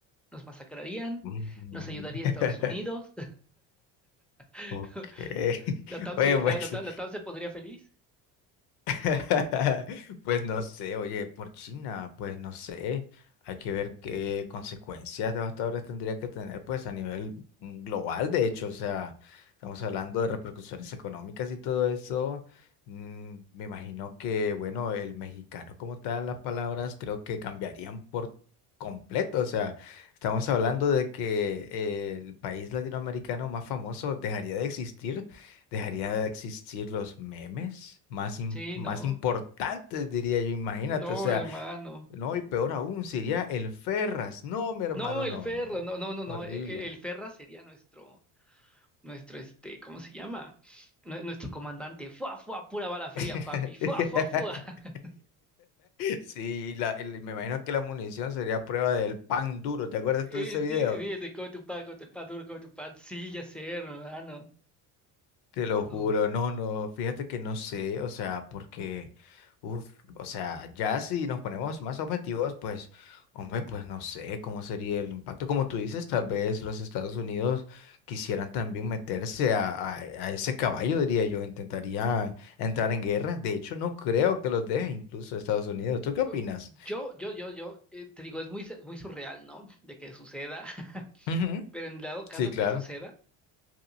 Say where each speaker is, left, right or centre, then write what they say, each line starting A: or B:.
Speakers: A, in the centre; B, on the left (about 75°).
A: ¿Nos masacrarían?
B: Mm.
A: ¿Nos ayudaría
B: <laughs>
A: Estados Unidos? <laughs>
B: Ok. <laughs>
A: ¿La TAM
B: Oye,
A: se,
B: pues
A: la, la TAM la TAM se pondría feliz?
B: <laughs> Pues no sé, oye, por China, pues no sé. Hay que ver qué consecuencias devastadoras tendría que tener, pues a nivel mm, global, de hecho, o sea, estamos hablando de repercusiones económicas y todo eso. Mm, me imagino que, bueno, el mexicano como tal, las palabras creo que cambiarían por completo, o sea, estamos hablando de que eh, el país latinoamericano más famoso dejaría de existir Dejaría de existir los memes más, im-
A: Sí,
B: más
A: no,
B: importantes, diría yo, imagínate,
A: no,
B: o sea,
A: hermano.
B: no, y peor aún, sería el Ferras. No, mi hermano,
A: No, el
B: no,
A: Ferra,
B: no, no.
A: no, no, no, no,
B: horrible.
A: e- e- el Ferra sería nuestro, nuestro, este, ¿cómo se llama? Nue- nuestro comandante, fuá, fuá, pura bala fría,
B: <laughs>
A: papi, fuá, fuá, fuá. <laughs>
B: Sí, la- el- me imagino que la munición sería prueba del pan duro, ¿te acuerdas
A: Eh,
B: tú de ese video?
A: sí, Fíjate, come tu pan, come tu pan duro, come tu pan, sí, ya sé, hermano,
B: Te lo juro,
A: no.
B: no, no, fíjate que no sé, o sea, porque, uff, o sea, ya si nos ponemos más objetivos, pues, hombre, pues no sé cómo sería el impacto. Como tú dices, tal vez los Estados Unidos quisieran también meterse a, a- a ese caballo, diría yo, intentarían entrar en guerra. De hecho, no creo que los deje incluso Estados Unidos. ¿Tú qué opinas?
A: O- Yo, yo, yo, yo, eh, te digo, es muy, su- muy surreal, ¿no? De que suceda, <laughs>
B: Ujú,
A: pero en dado caso
B: Sí, claro,
A: que suceda,